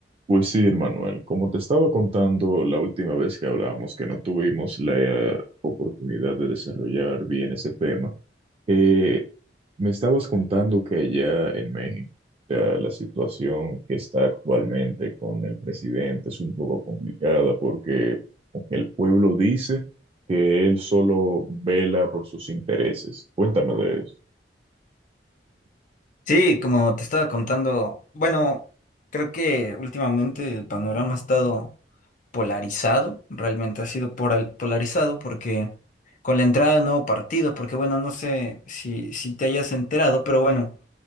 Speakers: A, on the right; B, on the left.
A: Pues sí, Manuel, como te estaba contando la última vez que hablamos, que no tuvimos la oportunidad de desarrollar bien ese tema, eh, me estabas contando que allá en México, o sea, la situación que está actualmente con el presidente es un poco complicada porque el pueblo dice que él solo vela por sus intereses. Cuéntame de eso.
B: Sí, como te estaba contando, bueno, creo que últimamente el panorama ha estado polarizado, realmente ha sido poral- polarizado porque con la entrada de un nuevo partido, porque bueno, no sé si, si te hayas enterado, pero bueno,